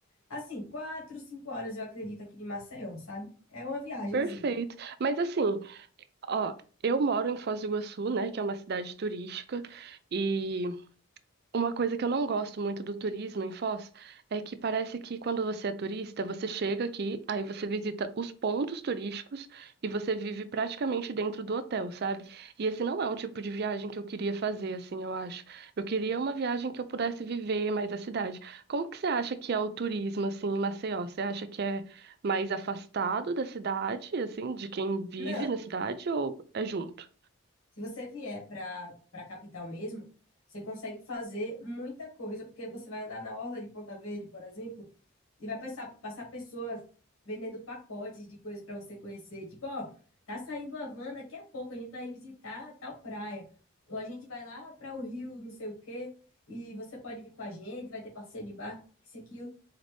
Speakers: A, on the left (about 85°); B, on the right (about 50°).
A: assim, quatro, cinco horas, eu acredito, aqui de Maceió, sabe? É uma viagenzinha.
B: Perfeito. Mas assim, Ó, eu moro em Foz do Iguaçu, né, que é uma cidade turística, e uma coisa que eu não gosto muito do turismo em Foz é que parece que quando você é turista, você chega aqui, aí você visita os pontos turísticos e você vive praticamente dentro do hotel, sabe? E esse não é um tipo de viagem que eu queria fazer, assim, eu acho. Eu queria uma viagem que eu pudesse viver mais a cidade. Como que você acha que é o turismo, assim, em Maceió? Você acha que é mais afastado da cidade, assim, de quem vive
A: Não,
B: na cidade ou é junto?
A: se você vier para para capital mesmo, você consegue fazer muita coisa, porque você vai andar na orla de Ponta Verde, por exemplo, E vai passar, passar pessoas vendendo pacotes de coisas para você conhecer. Tipo, ó, tá saindo uma van, daqui a pouco a gente vai visitar tal praia. Ou a gente vai lá para o rio, não sei o quê, e você pode vir com a gente, vai ter passeio de barco, isso aqui